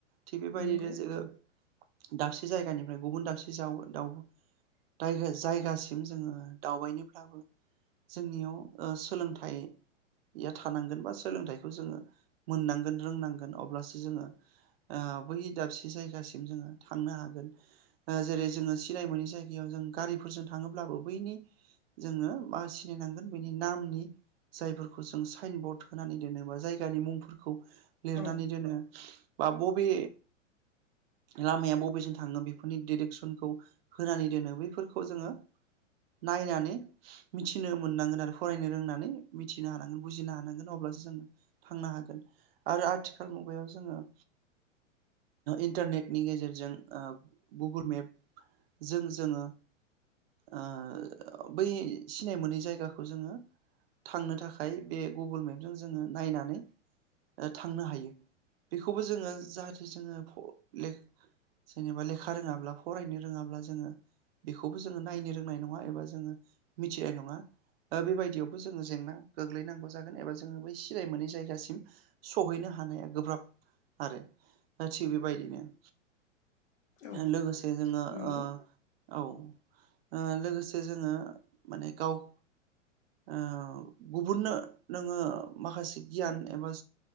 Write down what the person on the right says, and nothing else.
थिग बेबायदिनो
जोङो दाबसे जायगानिफ्राय गुबुन दाबसे जाव दाउ दाय जायगासिम जोङो दावबायनिफ्राबो जोंनियाव ओ सोलोंथाइ या थानांगोन बा सोलोंथाइखौ जोङो मोननांगोन रोंनांगोन अब्लासो जोङो ओ बै दाबसे जायगासिम जोङो थांनो हागोन जेरै जोङो सिनाय मोननि जायगायाव जों गारिफोरजों थाङोब्लाबो बैनि जोङो मा सिनायनांगोन बेनि नामनि जायफोरखौ जों साइन बर्ड होनानै दोनोबा जायगानि मुंफोरखौ लिरनानै
दोनो बा बबे लामाया बबेजों थाङो बे फोनि डिरेकसनखौ होनानै दोनो बैफोरखौ जोङो नायनानै मिथिनो मोननांगोन आरो फरायनो रोंनानै मिथिनो हानांगोन बुजिनो हानांगोन अब्लासो जोङो थांनो हागोन आरो आथिखाल मुगायाव जोङो इन्टारनेटनि गेजेरजों बाबुर मेपजों जोङो ओ बै सिनाय मोनै जायगाखौ जोङो थांनो थाखाय बे गुगोल मेपजों जोङो नायनानै थांनो हायो बेखौबो जोङो जाहाथे जोङो फ ले जेनेबा लेखा रोङाब्ला फरायनो रोङाब्ला जोङो बेखौबो जोङो नायनो रोंनाय नङा एबा जोङो मिथिनाय नङा बेबायदियावबो जोङो जेंना गोग्लैनांगौ जागोन एबा जोङो बै सिनाय मोनै जायगासिम सहैनो हानाया गोब्राब आरो दा थिग बेबायदिनो
लोगोसे जोङो
ओ औ ओ लोगोसे जोङो माने गाव ओ गुबुननो नोङो माखासे गियान एबा